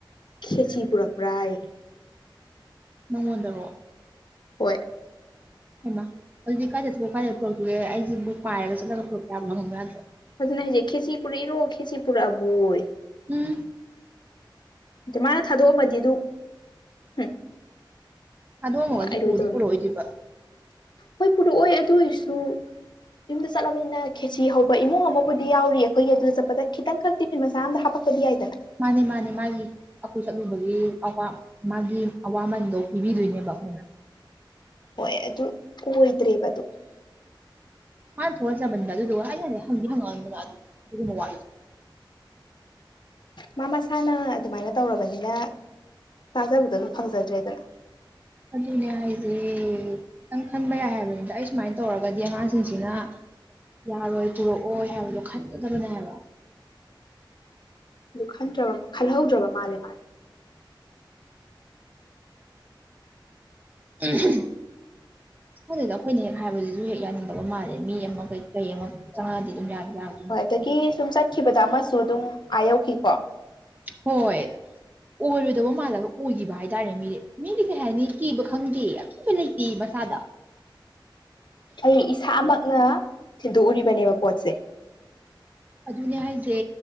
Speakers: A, on the left (about 60°); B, on the right (about 20°).
A: ꯈꯦꯁꯤ ꯄꯨꯔꯛꯄ꯭ꯔꯥ ꯌꯦ
B: ꯅꯪꯉꯣꯟꯗꫪꯣ
A: ꯍꯣꯏ
B: ꯍꯥꯏꯃ ꯑꯗꯨꯗꯤ ꯀꯥꯏꯗ ꯊꯣꯛꯑꯑꯣ ꯀꯥꯏꯗ ꯄꯨꯔꯛꯇꯣꯏꯒꯦ ꯑꯩꯁꯤꯕꯨꯛ ꯄꯥꯏꯔ ꯆꯠꯂꯒ ꯄꯨꯔꯛꯄ ꯌꯥꯕ ꯍꯪꯉꯕ ꯌꯥꯗ꯭ꯔꯣ
A: ꯑꯗꯨꯅ ꯍꯥꯏꯁꯦ ꯈꯦꯆꯤ ꯄꯨꯔꯛ ꯏꯔꯣ ꯈꯦꯆꯤ ꯄꯨꯔꯛꯑꯕꯣꯌꯦ
B: ꯎꯝ
A: ꯑ ꯃꯥꯅ ꯊꯥꯗꯣꯛꯑꯝꯃꯗꯤ ꯑꯗꯨ ꯎꯝ
B: ꯊꯥꯗꯣꯛꯑꯝꯃꯒꯁꯨ
A: ꯅꯨꯡꯉꯥꯏꯔꯣꯏꯗꯧꯅꯤ
B: ꯄꯨꯗꯤ ꯄꯨꯔꯛꯑꯣꯗꯣꯏꯕ
A: ꯍꯣꯏ ꯄꯨꯔꯛꯑꯣꯏ ꯑꯗꯨ ꯑꯣꯏꯁꯨ ꯌꯨꯝꯗ ꯆꯠꯂꯕꯅꯤꯅ ꯈꯦꯁꯤ ꯍꯧꯕ ꯏꯃꯨꯡ ꯑꯃꯕꯨꯗꯤ ꯌꯥꯎꯔꯤꯌꯦ ꯑꯩꯈꯣꯏꯒꯤ ꯑꯗꯨꯗ ꯆꯠꯄꯗ ꯈꯤꯇꯪꯈꯛ ꯇꯤꯐꯤꯟ ꯃꯆꯥ ꯑꯃꯥꯗ ꯍꯥꯄꯛꯄꯗꯤ ꯌꯥꯏꯗꯅ
B: ꯃꯥꯅꯦ ꯃꯥꯅꯦ ꯃꯥꯒꯤ ꯑꯈꯣꯏ ꯆꯠꯂꯨꯕꯒꯤ ꯑꯋꯥ ꯃꯥꯒꯤ ꯑꯋꯥꯃꯟꯗꯣ ꯄꯤꯕꯤꯗꯣꯏꯅꯦꯕ ꯑꯩꯈꯣꯏꯅ
A: ꯍꯣꯏ ꯑꯗꯨ ꯑꯣꯏꯗ꯭ꯔꯦꯕꯗꯣ
B: ꯃꯥꯅ ꯊꯣꯛꯍꯟꯖꯕꯅꯤꯗ ꯑꯗꯨꯗꯨꯒ ꯑꯩꯩꯅꯅꯦ ꯍꯪꯗꯤ ꯍꯪꯉꯛ ꯑꯅꯨꯗꯅ ꯑꯗꯨꯗꯤ ꯑꯗꯨꯒꯨꯝꯕ ꯋꯥꯗꯨꯗꯤ
A: ꯃꯥ ꯃꯁꯥꯅ ꯑꯗꯨꯃꯥꯏꯅ ꯇꯧꯔꯕꯅꯤꯅ ꯇꯥꯖꯕꯗꯣ ꯑꯗꯨꯝ ꯐꯪꯖꯗ꯭ꯔꯦꯗꯅ
B: ꯑꯗꯨꯅꯦ ꯍꯥꯏꯖꯦ ꯈꯤꯇꯪ ꯈꯟꯕ ꯌꯥꯏ ꯍꯥꯏꯕꯅꯤꯗ ꯑꯩ ꯁꯨꯃꯥꯏꯅ ꯇꯧꯔꯒꯗꯤ ꯑꯉꯥꯡꯁꯤꯡꯁꯤꯅ ꯌꯥꯔꯣꯏ ꯄꯨꯔꯛꯑꯣꯏ ꯍꯥꯏꯕꯗꯣ ꯈꯟꯒꯗꯕꯅꯦꯕ ꯍꯥꯏꯕ
A: ꯑꯗꯨ ꯈꯟꯗ꯭ꯔꯕ ꯈꯜꯍꯧꯗ꯭ꯔꯕ ꯃꯥꯜꯂꯦ ꯃꯥꯅꯦ
B: ꯎꯝ <unintelligible> ꯑꯩꯈꯣꯏꯅ ꯍꯦꯛ ꯍꯥꯏꯕꯗꯁꯨ ꯍꯦꯛ ꯍꯦꯛ ꯌꯥꯅꯤꯡꯗꯕ ꯃꯥꯜꯂꯦ ꯃꯤ ꯑꯃ ꯀꯩ ꯀꯩ ꯑꯃ ꯆꯪꯉꯛꯑꯗꯤ ꯑꯗꯨꯝ ꯌꯥꯕ ꯌꯥꯕ
A: ꯍꯣꯏ ꯑꯗꯒꯤ ꯁꯨꯝ ꯆꯠꯈꯤꯕꯗ ꯑꯃꯁꯨ ꯑꯗꯨꯝ ꯑꯥ ꯌꯧꯈꯤꯀꯣ
B: ꯍꯣꯏ ꯑꯣꯏꯔꯣꯏꯗꯕ ꯃꯥꯜꯂꯒ ꯑꯣꯏꯈꯤꯕ ꯍꯥꯏꯇꯥꯔꯦ ꯃꯤꯗꯤ ꯃꯤꯗꯤ ꯀꯩ ꯍꯥꯏꯅꯤ ꯀꯤꯕ ꯈꯪꯗꯦ ꯑꯀꯤꯕꯥ ꯂꯩꯇ ꯃꯁꯥꯗ
A: ꯑꯩ ꯏꯁꯥꯃꯛꯅ ꯊꯤꯟꯗꯣꯛꯎꯔꯤꯕꯅꯦꯕ ꯄꯣꯠꯁꯦ
B: ꯑꯗꯨꯅꯦ ꯍꯥꯏꯁꯦ